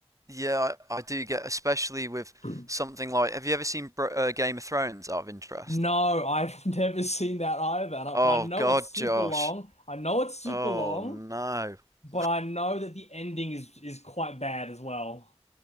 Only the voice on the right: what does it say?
Yeah, I, I do get, especially with
something like, have you ever seen Br uh, Game of Thrones out of interest?
Oh
God,
Josh.
Oh
no. <laughs>